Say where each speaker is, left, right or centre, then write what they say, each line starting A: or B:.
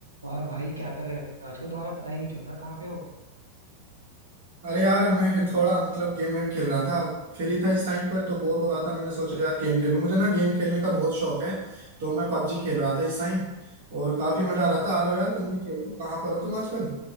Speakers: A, on the right (about 80°); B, on the right (about 50°).
A: और भाई क्या कर रहे हो आजकल तुम्हारा पता ही नहीं चल रहा कहाँ पे हो
B: अरे यार मैं थोड़ा मतलब गेम वेम खेल रहा था फ्री था इस टाइम पर तो बोर हो रहा था मैंने सोचा यार गेम खेलूं मुझे ना गेम खेलने का बहुत शौक है तो मैं पबजी खेल रहा था इस टाइम और काफी
A: अच्छा
B: मजा आ रहा था आ रहे हो यार तुम भी खेलो कहाँ पर हो तुम आजकल